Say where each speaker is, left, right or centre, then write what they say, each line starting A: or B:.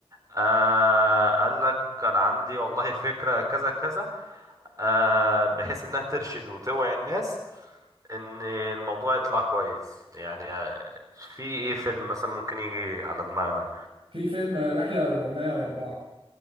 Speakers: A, on the right; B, on the right.
A: آه، قال لك كان عندي والله فكرة كذا كذا آه، بحيث انها ترشد وتوعي الناس ان الموضوع يطلع كويس يعني آه، في ايه فيلم مثلا ممكن يجي على دماغنا
B: في فيلم رحله 404